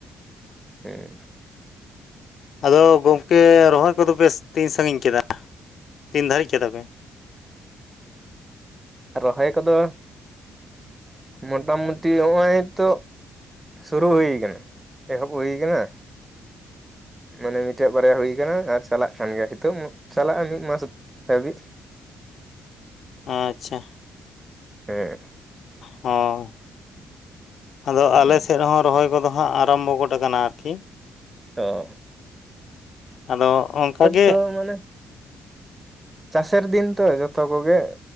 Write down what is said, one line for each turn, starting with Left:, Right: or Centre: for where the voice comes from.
Right: ᱦᱮᱸ
Left: ᱟᱫᱚ ᱜᱚᱢᱠᱮ ᱨᱚᱦᱚᱭ ᱠᱚᱫᱚ ᱯᱮ ᱛᱤᱱ ᱥᱟᱺᱜᱤᱧ ᱠᱮᱫᱟ ᱛᱤᱱ ᱫᱷᱟᱹᱨᱤᱡ ᱠᱮᱫᱟ ᱯᱮ
Right: ᱨᱚᱦᱚᱭ ᱠᱚᱫᱚ ᱢᱚᱴᱟ ᱢᱩᱴᱤ ᱱᱚᱜᱼᱚᱭ ᱛᱚ ᱥᱩᱨᱩ ᱦᱩᱭ ᱠᱟᱱᱟ ᱮᱦᱚᱵ ᱦᱩᱭ ᱟᱠᱟᱱᱟ ᱢᱟᱱᱮ ᱢᱤᱫᱴᱟᱝ ᱵᱟᱨᱭᱟ ᱦᱩᱭ ᱟᱠᱟᱱᱟ ᱟᱨ ᱪᱟᱞᱟᱜ ᱠᱟᱱ ᱜᱮᱭᱟ ᱱᱤᱛᱳᱜ ᱪᱟᱞᱟᱜᱼᱟ ᱢᱤᱫ ᱢᱟᱥ ᱟᱵᱤᱨ
Left: ᱟᱪᱪᱷᱟ
Right: ᱦᱮᱸ
Left: ᱦᱚᱸ ᱟᱫᱚ
Right: ᱦᱮᱸ
Left: ᱟᱞᱮ ᱥᱮᱫ ᱦᱚᱸ ᱨᱚᱦᱚᱭ ᱠᱚᱫᱚ ᱦᱟᱸᱜ ᱟᱨᱟᱢᱵᱚ ᱜᱚᱫ ᱟᱠᱟᱱᱟ ᱟᱨᱠᱤ
Right: ᱚ
Left: ᱟᱫᱚ ᱚᱝᱠᱟ ᱜᱮ
Right: ᱫᱚ ᱢᱟᱱᱮ ᱪᱟᱥᱮᱨ ᱫᱤᱱ ᱛᱚ ᱡᱚ ᱡᱚᱛᱚ ᱠᱚᱜᱮ